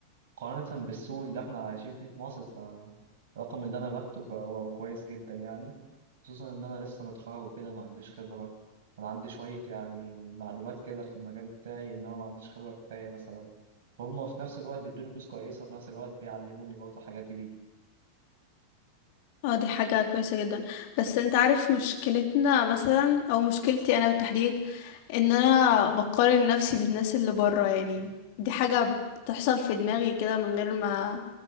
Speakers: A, on the right; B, on the left.
A: مقارنة بالسوق اللي احنا عايشين فيه في مصر فالرقم اللي انا باخده فهو كويس جدا يعني خصوصا ان انا لسه متخرج وكده ما عنديش خبرة انا عندي شوية يعني معلومات كده في المجال بتاعي انما ما عنديش خبرة كفاية مثلا وهم في نفس الوقت بيدوني فلوس كويسة وفي نفس الوقت بيعلموني برضه حاجات جديدة
B: اه دي حاجة كويسة جدا بس انت عارف مشكلتنا مثلا او مشكلتي انا بالتحديد ان انا بقارن نفسي بالناس اللي بره يعني دي حاجة بتحصل في دماغي كده من غير ما